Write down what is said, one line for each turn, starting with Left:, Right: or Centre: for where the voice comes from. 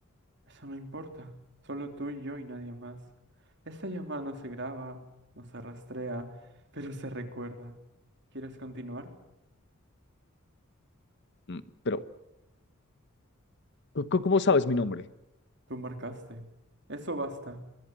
Right: Eso no importa. Solo tú y yo y nadie más. Esta llamada no se graba, no se rastrea, pero se recuerda. ¿Quieres continuar?
Left: Mm, Pero, ¿co- co- ¿cómo sabes mi nombre?
Right: Tú marcaste. Eso basta.